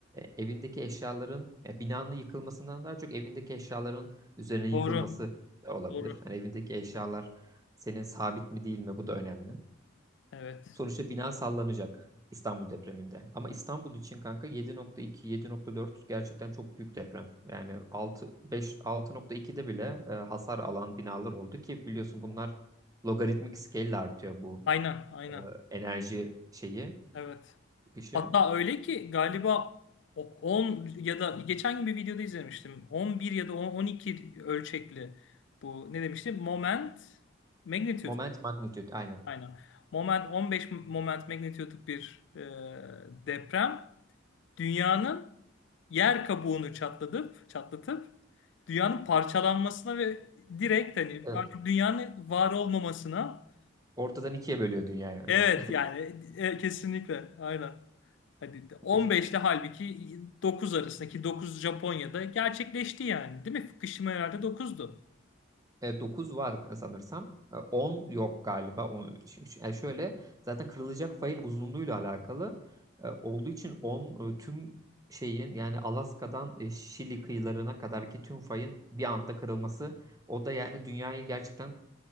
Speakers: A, on the right; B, on the left.
A: e, evindeki eşyaların ya binanın yıkılmasından daha çok evindeki eşyaların üzerine yıkılması
B: Doğru.
A: da olabilir.
B: Doğru.
A: Yani evindeki eşyalar senin sabit mi değil mi bu da önemli.
B: Evet.
A: Sonuçta bina sallanacak İstanbul depreminde. Ama İstanbul için kanka 7.2, 7.4 gerçekten çok büyük deprem. Yani 6, 5, 6.2'de bile e, hasar alan binalar oldu ki biliyorsun bunlar logaritmik scale ile artıyor bu
B: Aynen. Aynen.
A: e, enerji şeyi,
B: Evet.
A: çıkışı.
B: Hatta öyle ki galiba o- 10 ya da geçen gün bir videoda izlemiştim. 11 ya da 10 12 ölçekli bu ne demiştim? Moment magnitude
A: Moment magnitude aynen.
B: Aynen. Moment 15 moment magnitude'luk bir e, deprem dünyanın yer kabuğunu çatlatıp çatlatıp dünyanın parçalanmasına ve direkt hani
A: Evet.
B: artık dünyanın var olmamasına
A: Ortadan ikiye bölüyor dünyayı
B: evet
A: öyle düşün.
B: yani e, kesinlikle aynen. Hadi 15
A: <laughs>
B: ile halbuki 9 arasındaki 9 Japonya'da gerçekleşti yani değil mi? Fukushima herhalde 9'du.
A: E, 9 var sanırsam. E, 10 yok galiba. On, ş- ş- yani şöyle zaten kırılacak fayın uzunluğuyla alakalı e, olduğu için 10 e, tüm şeyin yani Alaska'dan e, Şili kıyılarına kadarki tüm fayın bir anda kırılması o da yani dünyayı gerçekten